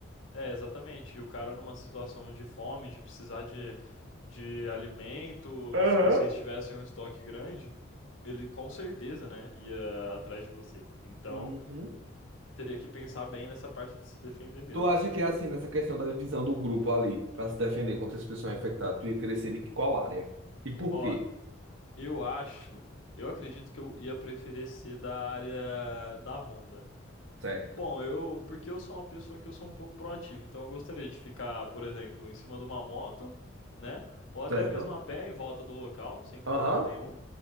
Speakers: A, on the left; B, on the right.
A: é, exatamente, o cara numa situação de fome, de precisar de, de alimento,
B: Aham.
A: se vocês tivessem um estoque grande, ele com certeza, né, ia atrás de vocês. Então,
B: Uhum.
A: teria que pensar bem nessa parte de se defender mesmo.
B: Tu acha que é assim, nessa questão da divisão do grupo ali, para se defender contra esse pessoal infectado, tu ia crescer de qual área? E por
A: Ó,
B: quê?
A: eu acho, eu acredito que eu ia preferir ser da área da Honda.
B: Certo.
A: Bom, eu, porque eu sou uma pessoa que eu sou um pouco proativo, então eu gostaria de ficar, por exemplo, em cima de uma moto, né? Ou até
B: Certo.
A: mesmo a pé em volta do local, sem problema
B: Aham.
A: nenhum,